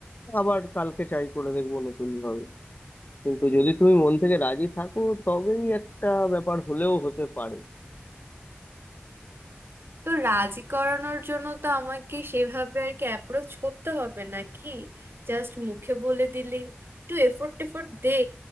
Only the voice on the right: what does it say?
তো রাজি করানোর জন্য তো আমাকে সেভাবে আর কি অ্যাপ্রোচ করতে হবে নাকি জাস্ট মুখে বলে দিলি একটু এফোর্ট টেফোর্ট দে